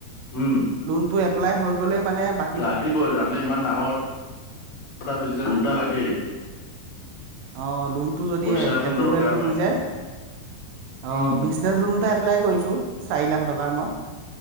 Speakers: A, on the left (about 55°); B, on the right (about 75°).
A: উম,
B: লোন টো এপ্লাই হৈ গলে মানে বা
A: লাগিবই জানে ইমান ডাঙৰটা বি ঘন্টা লাগেই
B: অ, লোনটো যদি
A: পইচা এখন
B: এপ্ৰোভেলটো
A: দৰকাৰ হয়
B: হৈ যায় অ
A: উম
B: বিশ লোন এটা এপ্লাই কৰিছোঁ চাৰি লাখ টকাৰ মই।